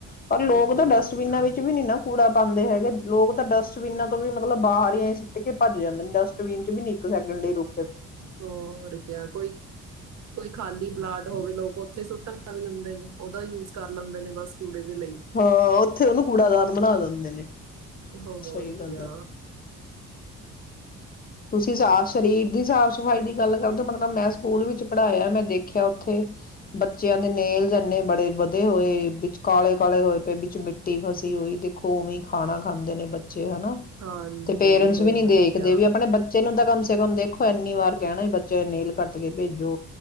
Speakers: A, on the left; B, on the right.
A: ਪਰ ਲੋਕ
B: ਹੋਰ
A: ਤਾਂ ਡਸਟਬਿਨਾਂ
B: ਕਿਆ
A: ਵਿੱਚ ਵੀ ਨੀ ਨਾ ਕੂੜਾ ਪਾਉਂਦੇ ਹੈਗੇ ਲੋਕ ਤਾਂ ਡਸਟਬਿਨਾਂ ਤੋਂ ਵੀ ਮਤਲਬ ਬਾਹਰ ਹੀ ਆਏਂ ਸਿੱਟ ਕੇ ਭੱਜ ਜਾਂਦੇ ਨੇ ਡਸਟਬਿਨ ਚ ਵੀ ਨ ਸੈਕਡ ਲਈ ਰੁ
B: ਹੋਰ ਕਿਆ ਕੋਈ ਕੋਈ ਖਾਲੀ ਪਲਾਟ ਹੋਵੇ ਲੋਕ ਉੱਥੇ ਸੁੱਟਣ ਲੱਗ ਜਾਂਦੇ ਨੇ ਉਹਦਾ ਯੂਜ ਕਰ ਲੈਂਦੇ ਨੇ ਬਸ ਕੂੜੇ ਦੇ ਲਈ
A: ਹਾਂ ਉੱਥੇ ਉਹਨੂੰ ਕੂੜਾਦਾਨ ਬਣਾਦਾ ਹਦੇ ਨੇ
B: ਹੋ ਹੋਰ
A: ਸਹੀ ਗੱਲ
B: ਕਿਆ
A: ਹੈ ਤੁਸੀਂ ਸਾ ਸਰੀਰ ਦੀ ਸਾਫ਼ ਸਫ਼ਾਈ ਦੀ ਗੱਲ ਕਰਦੇ ਹੋ ਮਤਲਬ ਤਾਂ ਮੈਂ ਸਕੂਲ ਵਿੱਚ ਪੜ੍ਹਾਇਆ ਮੈਂ ਦੇਖਿਆ ਉੱਥੇ ਬੱਚਿਆਂ ਦੇ ਨੇਲ ਜਨੇ ਬੜੇ ਵਧੇ ਹੋਏ ਵਿੱਚ ਕਾਲੇ ਕਾਲੇ ਹੋਏ ਪਏ ਵਿੱਚ ਮਿੱਟੀ ਫਸੀ ਹੋਈ ਦੇਖੋ ਉਵੇਂ ਖਾਣਾ ਖਾਂਦੇ ਨੇ ਬਚੇ ਹਨਾ
B: ਹਾਂਜੀ
A: ਤੇ ਪੇਰੈਂਟਸ
B: ਹੋਰ
A: ਵੀ ਨੀ ਦੇਖਦੇ
B: ਕਿਆ
A: ਵੀ ਆਪਣੇ ਬੱਚੇ ਨੂੰ ਤਾਂ ਕੰਮ ਮੇ ਕਮ ਦੇਖੋ ਇੰਨੀ ਵਾਰ ਕਹਿਣਾ ਬੱਚੇ ਨੇਲ ਕੱਟ ਕੇ ਭੇਜੋ